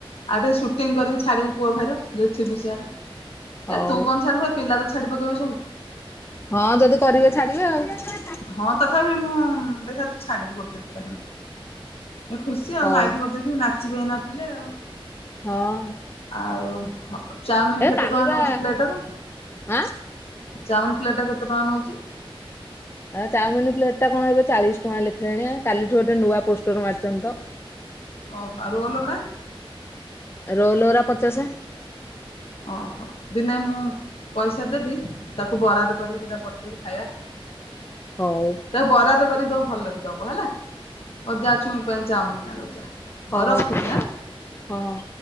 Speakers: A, on the left; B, on the left.
A: ଟିକେ ସୁଟିଂ କରିକି ଛାଡିବୁ ପୁଅଭାଇର ଯଦି ଥିବୁ ସିଆଡେ।
B: ହଉ
A: ଏ ତୁ କଣ ଛାଡିବୁ ଏ ପିଲା ତ ଛାଡିପକେଇବେ ସବୁ।
B: ହଁ ଯଦି କରିବେ ଛାଡିବେ ଆଉ।
A: ହଁ ତଥାପି ମୁଁ ଦେଖା ତୁ ଛାଡିବୁ ଗୋଟେ ଦିଟା ହ। ଏ ଖୁସି ଆଉ
B: ହଉ
A: ମାଇକି ବଜେଇକି ନାଚିବେ ଏନା ପିଲେ ଆଉ।
B: ହଁ
A: ଆଉ ଚାଉମିିନ
B: ଏ
A: କେତେ
B: କାଲି
A: ଟଙ୍କା
B: ବା
A: ନଉଛି ପ୍ଲେଟଟାକୁ?
B: ଆଁ
A: ଚାଉମିନ୍ ପ୍ଲେଟ କେତେ ଟଙ୍କା ନଉଛି?
B: ଆଉ ଚାଉମିନ ପ୍ଲେଟ୍ ଟା କଣ ଏବେ ଚାଳିଶ ଟଙ୍କା ଲେଖିଲାଣି କାଲିଠୁ ଗୋଟେ ନୂଆ ପୋଷ୍ଟର ମାରିଛନ୍ତି ତ।
A: ଓହୋ। ଆଉ ରୋଲଗୁଡା?
B: ରୋଲଗୁରା ପଚାଶ।
A: ଓହୋ ଦିନେ ମୁଁ ପଇସା ଦେବି ତାକୁ ବରାଦ କରିକି ଦିିନେ ପଠେଇବୁ ଖାଇବା।
B: ହଉ।
A: ବରାଦ କରିକିଦୋବୁ ଭଲକି ଦବ ହେଲା। ମ ଯା ଛୁଇଁ ପାଇଁ ଚାଓମିନ ଆଣିବୁ ଯା।
B: ହୋଉ
A: ହଉ ରଖୁଛି
B: ହୋଉ
A: ଆଁ।
B: ହଁ।